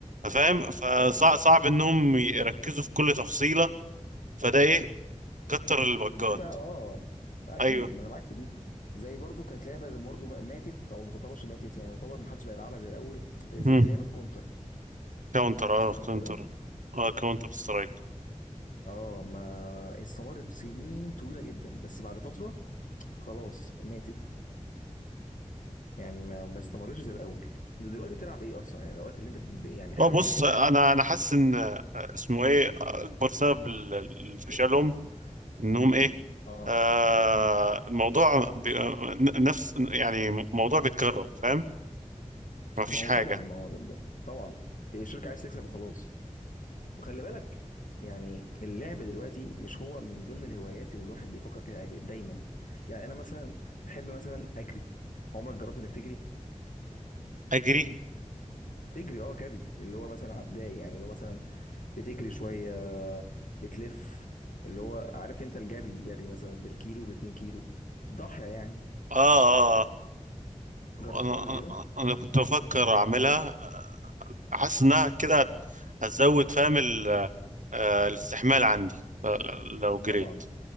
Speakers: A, on the right; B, on the left.
A: فاهم فصعب
B: فعلا صح
A: صعب انهم يركزوا في كل تفصيلة فده ايه كتر البجات
B: بتبقى اه اكيد
A: ايوه
B: ما انا معاك في دي زي برضو كانت لعبه برضو ماتت او ما تعتبرش ماتت يعني تعتبر ما حدش بقى يلعبها زي الاول زي
A: مم.
B: لعبه كونتر
A: كاونتر اه
B: فكده
A: كاونتر اه كاونتر سترايك
B: اه ما استمرت سنين طويله جدا بس بعد فتره خلاص ماتت يعني ما ما استمرتش زي الاول دلوقتي بتلعب ايه اصلا يعني الوقت اللي انت بت- يعني حاليا
A: اه بص انا انا حاسس ان اسمه ايه اكبر سبب ل- لفشلهم انهم ايه
B: اه
A: آه
B: مم.
A: الموضوع بي... آه، نفس يعني موضوع بيتكرر فاهم ما فيش
B: ما هو
A: حاجة
B: طبعا ما هو طبعا هي الشركه عايز تكسب وخلاص وخلي بالك يعني اللعب دلوقتي مش هو من ضمن الهوايات اللي الواحد بيفكر فيها دايما يعني انا مثلا بحب مثلا اجري عمرك جربت انك تجري
A: اجري
B: تجري اه جري اللي هو مثلا عداء يعني اللي هو مثلا بتجري شويه بتلف اللي هو عارف انت الجري جري مثلا بالكيلو باتنين كيلو ضاحيه يعني
A: اه آه.
B: جربتها
A: انا
B: قبل
A: انا
B: كده
A: أنا كنت بفكر اعملها حاسس انها كده هتزود فاهم ال- آه، الاستحمال عندي ل- لو جريت
B: طبعا